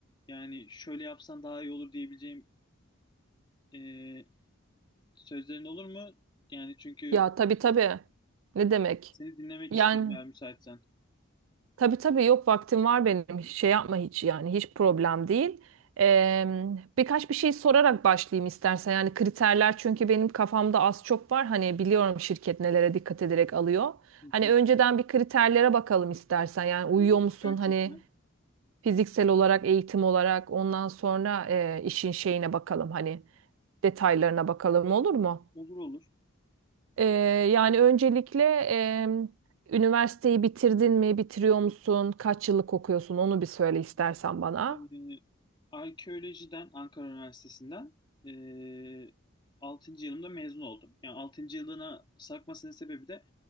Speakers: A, on the left (about 20°); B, on the right (about 70°).
A: yani şöyle yapsan daha iyi olur diyebileceğim e, Sözlerin olur mu? Yani çünkü
B: Ya tabii tabii. Ne demek?
A: seni dinlemek
B: Yani
A: isterim eğer müsaitsen.
B: tabii tabii yok vaktim var benim. Şey yapma hiç yani hiç problem değil. Ee, birkaç bir şey sorarak başlayayım istersen. Yani kriterler çünkü benim kafamda az çok var. Hani biliyorum şirket nelere dikkat ederek alıyor.
A: Hı
B: Hani
A: hı.
B: önceden bir kriterlere bakalım istersen. Yani uyuyor
A: Olur
B: musun?
A: gerçekten.
B: Hani fiziksel olarak, eğitim olarak ondan sonra e, işin şeyine bakalım. Hani detaylarına bakalım olur mu?
A: Olur olur.
B: Ee, yani öncelikle em, üniversiteyi bitirdin mi, bitiriyor musun, kaç yıllık okuyorsun onu bir söyle istersen bana.
A: Ee, arkeolojiden Ankara Üniversitesi'nden ee, 6. yılımda mezun oldum. Yani altıncı yılına sarkmasının sebebi de